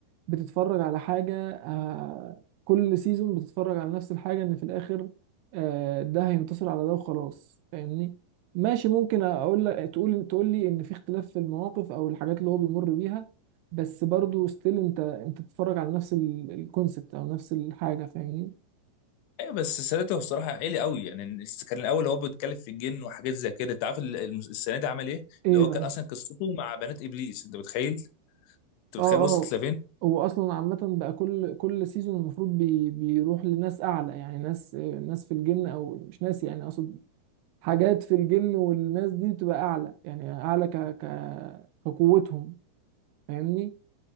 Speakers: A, on the right; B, on the left.
A: بتتفرج على حاجة آه، كل سيزون بتتفرج على نفس الحاجة ان في الاخر آه، ده هينتصر على ده وخلاص فاهمني ماشي ممكن اقول لك تقول تقول لي ان في اختلاف في المواقف او الحاجات اللي هو بيمر بيها بس برضو ستيل انت انت بتتفرج على نفس الكونسبت او نفس الحاجة فاهمني
B: ايوه بس السنه دي هو الصراحه عالي قوي يعني الس- كان الاول هو بيتكلم في الجن وحاجات زي كده انت عارف ال- الم- السنه دي عمل ايه
A: ايه
B: اللي
A: بقى
B: هو كان اصلا قصته مع بنات ابليس انت متخيل انت متخيل
A: اه
B: وصلت
A: اه
B: لفين
A: هو اصلا عامة بقى كل كل سيزون المفروض بي بيروح لناس اعلى يعني ناس آه، ناس في الجن او مش ناس يعني اقصد حاجات في الجن والناس دي بتبقى اعلى يعني اعلى ك... ك... كقوتهم فاهمني